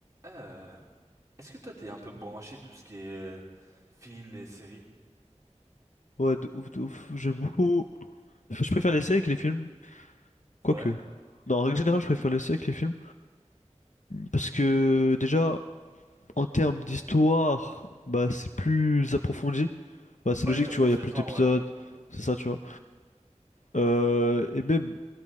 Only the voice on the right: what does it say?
Euh, est-ce que toi t'es un peu branché tout ce qui est euh, film et séries?
Ouais.
Ouais,
ils
ont plus
le temps,
ouais.